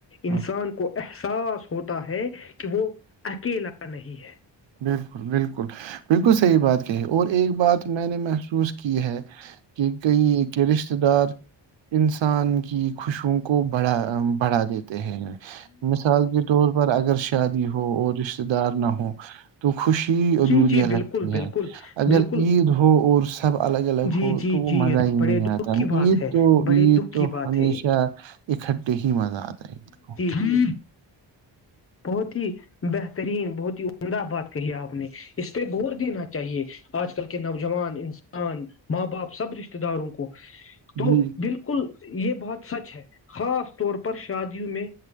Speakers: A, on the right (about 85°); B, on the left (about 30°).
A: ہاں
B: انسان احساس ہوتا ہے کہ وہ اکیلا نہیں ہے
A: بالکل بالکل بالکل صحیح بات کہی اور ایک بات میں نے محسوس کی ہے کہ کئی کے رشتےہ دار انسان کی خوشو کو بڑھا بڑھا دیتے ہیں مثال کے طور پر اگر شادی ہو اور رشتتے دار نہ ہو تو خوشی ادھوریاں
B: جی جی بالکل
A: لگتی
B: بالکل
A: ہیں اگر
B: بالکل
A: عید ہو اور سب الگ الگ
B: جی
A: ہو
B: جی
A: تو وہ
B: جی
A: مزہ
B: یہ تو
A: ہی
B: بڑے
A: نہیں
B: دکھ
A: آتا
B: کی بات
A: عید
B: ہے
A: تو
B: بڑے
A: عید
B: دکھ
A: تو
B: کی بات
A: ہمیشہ
B: ہے یہ
A: اکٹھے ہی مزہ آتا ہے عید کو
B: ہاں بہت ہی بہترین بہت ہی عمدہ بات کہی آپ نے اس پہ غور دینا چاہیے آج کل کے نوجوان ماں باپ سب رشتتےہ رتے داروں کو تو
A: جی
B: بالکل یہ بہت سچ ہے خاص طور پر شادیوں میں